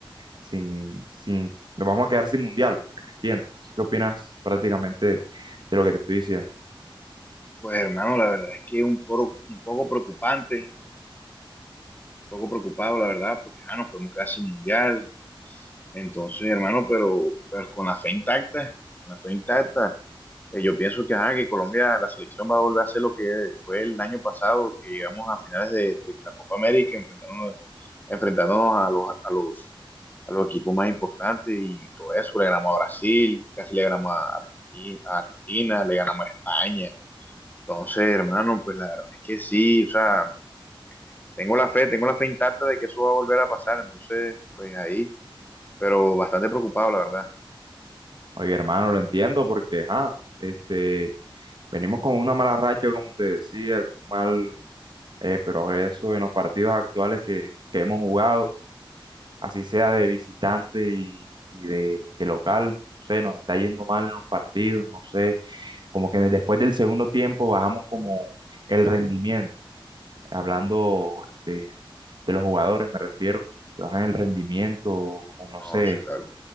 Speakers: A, on the right; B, on the left.
A: sin, sin, nos vamos a quedar sin mundial, para que me entiendas. No sé qué opinas prácticamente de lo que te estoy diciendo.
B: Pues hermano, la verdad es que es un poco, un poco preocupante, un poco preocupado, la verdad, porque ya nos podemos quedar sin mundial. Entonces, hermano, pero pues con la fe intacta, con la fe intacta, eh, yo pienso que, ajá, que Colombia, la selección va a volver a hacer lo que fue el año pasado, que llegamos a finales de, de la Copa América, enfrentándonos enfrentándonos a los, a los, a los equipos más importantes y todo eso. Le ganamos a Brasil, casi le ganamos a Argenti- a Argentina, le ganamos a España. Entonces, hermano, pues la verdad es que sí, o sea, tengo la fe, tengo la fe intacta de que eso va a volver a pasar. Entonces, pues ahí, pero bastante preocupado, la verdad.
A: Oye, hermano, lo entiendo porque, ah, este, venimos con una mala racha, como te decía, con un mal eh, progreso en los partidos actuales que, que hemos jugado, así sea de visitante y, y de, de local, no sé, nos está yendo mal en los partidos, no sé, como que después del segundo tiempo bajamos como el rendimiento, hablando de, de los jugadores me refiero, que bajan el rendimiento, o no
B: No,
A: sé,
B: sí, claro.